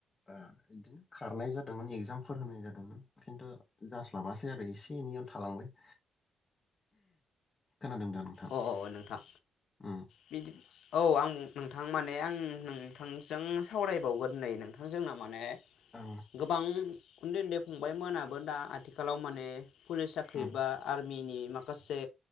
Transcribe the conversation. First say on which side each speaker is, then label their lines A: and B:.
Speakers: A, on the left (about 20°); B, on the left (about 75°).
A: ओ इदिनो खारनाय जादोंमोन एगजामफोर होनाय जादोंमोन खिन्थु जास्लाबासै आरो एसे एनैयावनो थालांबाय। <inaudible> खोनादों दा नोंथां
B: अ अ नोंथां
A: उम
B: बिदि औ आं उम नोंथां माने आं नोंथांजों सावरायबावगोन नै नोंथां जोंना माने
A: औ
B: गोबां उन्दै उन्दै फंबायमोनाबो दा आथिखालाव माने पुलिस साख्रि
A: उम
B: बा आर्मि नि माखासे